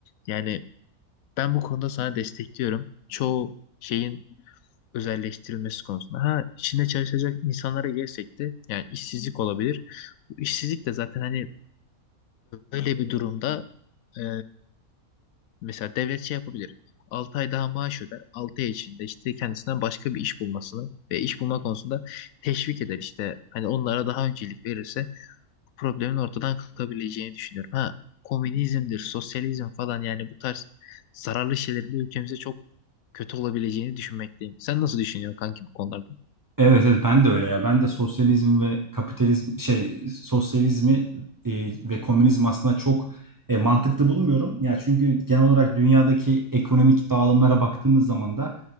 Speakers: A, on the left; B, on the right.
A: Yani ben bu konuda sana destekliyorum. Çoğu şeyin özelleştirilmesi konusunda. Ha içinde çalışacak insanlara gelsek de yani işsizlik olabilir. Bu işsizlik de zaten hani böyle bir durumda e, mesela devlet şey yapabilir. 6 ay daha maaş öder. 6 ay içinde işte kendisinden başka bir iş bulmasını ve iş bulma konusunda teşvik eder işte. Hani onlara daha öncelik verirse bu problemin ortadan kalkabileceğini düşünüyorum. Ha komünizmdir, sosyalizm falan yani bu tarz zararlı şeylerin de ülkemize çok kötü olabileceğini düşünmekteyim. Sen nasıl düşünüyorsun kanki bu konularda?
B: Evet, evet ben de öyle ya. Ben de sosyalizm ve kapitalizm şey sosyalizmi e, ve komünizm aslında çok e, mantıklı bulmuyorum. Ya çünkü genel olarak dünyadaki ekonomik dağılımlara baktığımız zaman da